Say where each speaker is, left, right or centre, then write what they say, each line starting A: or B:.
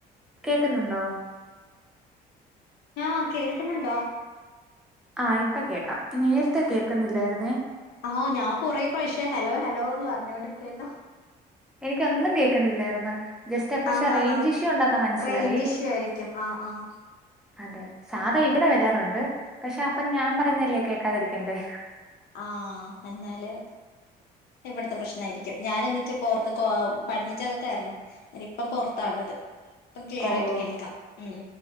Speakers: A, in the centre; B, on the left.
A: കേക്കുന്നുണ്ടോ
B: ആ കേൾക്കുന്നുണ്ടോ
A: ആ ഇപ്പൊ കേക്കാം നേരത്തെ കേൾക്കുന്നില്ലായിരുന്നേ
B: ആഹ് ഞാൻ കൊറെ പ്രശ്യം ഹലോ ഹലോന്ന് പറഞ്ഞോണ്ട്ക്കെന്നു
A: എനിക്കൊന്നും കേക്കുന്നില്ലായിരുന്ന് ജസ്റ്റ് എപ്പെ
B: ആഹ്
A: റേയിഞ്ച്ഷ്യ
B: ആഹ് ആഹ്
A: ഉണ്ടന്ന് മനസ്സിലായി
B: റേഞ്ച് ഇഷ്യൂ ആയിരിക്കും ആഹ് ആഹ്
A: അതെ സാധാ ഇവിടെ വരാറുണ്ട് പക്ഷെ അപ്പം ഞാൻ പറയുന്നല്ലേ കേക്കാതിരിക്കണ്ടേ
B: ആ എന്നാല് ഇവിടത്തെ പ്രശ്നയിരിക്കും ഞാന എന്നിച്ച പോറത്ത്ക്കോ പഠിഞ്ഞിട്ടതാ യിരുന്നു ഇനി ഇപ്പം പൊറത്താള്ളത് ഇപ്പം ക്ലിയർ
A: ഓ
B: ആയിട്ട്
A: ഓ
B: കേൾക്കാം ഉം